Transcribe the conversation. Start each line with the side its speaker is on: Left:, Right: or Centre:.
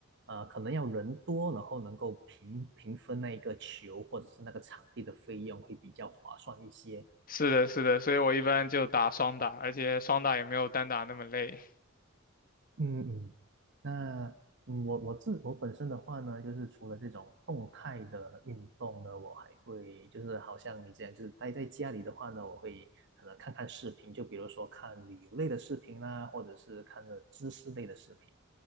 Right: 呃，可能要人多，然后能够平平分那一个球或者是那个场地的费用会比较划算一些。
Left: 是的，是的，所以我一般就打双打，而且双打也没有单打那么累。
Right: 嗯嗯，那嗯，我我自我本身的话呢，就是除了这种动态的运动呢，我还会就是好像你这样，就是待在家里的话呢，我会可能看看视频，就比如说看旅游类的视频啦，或者是看了知识类的视频。